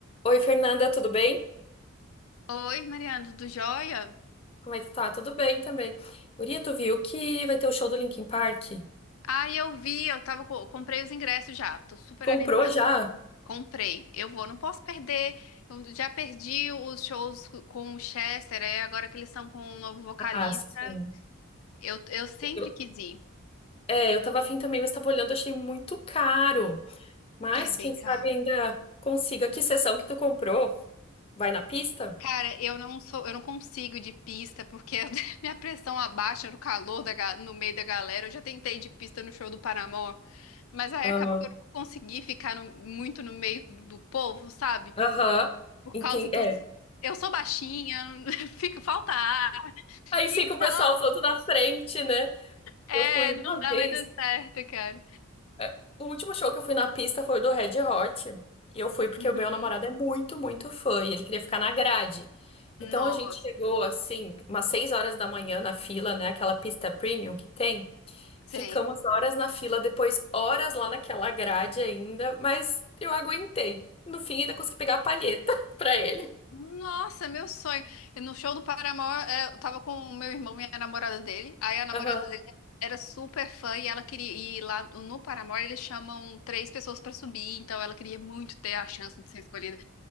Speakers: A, on the left; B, on the left.
A: Oi, Fernanda, tudo bem?
B: Oi, Mariana, tudo jóia?
A: Como é que tá? Tudo bem também. Guria, tu viu que vai ter o show do Linkin Park?
B: Ah, eu vi, eu tava, co- comprei os ingressos já, tô super
A: Comprou
B: animada.
A: já?
B: Comprei, eu vou, não posso perder. Eu já perdi os shows co- com o Chester, é, agora que eles estão com um novo vocalista.
A: Ah, sim.
B: Eu, eu sempre
A: Eu-
B: quis ir.
A: é, eu tava afim também, mas tava olhando, achei muito caro. Mas
B: É bem
A: quem sabe
B: caro.
A: ainda consiga. Que sessão que tu comprou? Vai na pista?
B: Cara, eu não sou, eu não consigo ir de pista porque eu- <laughs> minha pressão abaixa no calor da, ga- no meio da galera. Eu já tentei ir de pista no show do Paramore, mas aí
A: Aham.
B: acabou que eu não consegui ficar no- muito no meio do povo, sabe?
A: Aham.
B: por
A: Entendi.
B: causa do.
A: É.
B: Eu sou baixinha, <laughs> fica, falta ar.
A: Aí
B: Então,
A: fica o pessoal todo na frente, né?
B: é,
A: Eu fui uma
B: não dá
A: vez.
B: muito certo, cara.
A: É, O último show que eu fui na pista foi o do Red Hot. E eu fui porque
B: Uhum.
A: o meu namorado é muito, muito fã e ele queria ficar na grade.
B: Nossa,
A: Então a gente chegou assim, umas seis horas da manhã na fila, né? Aquela pista premium que tem.
B: sei.
A: Ficamos horas na fila, depois horas lá naquela grade ainda, mas eu aguentei. No fim, ainda consegui pegar a palheta <laughs> pra ele.
B: Nossa, meu sonho. Eu, No show do Paramore, é, eu tava com o meu irmão e a namorada dele. Aí a namorada
A: Aham,
B: dele era super fã e ela queria ir lá no Paramore. Eles chamam três pessoas pra subir, então ela queria muito ter a chance de ser escolhida.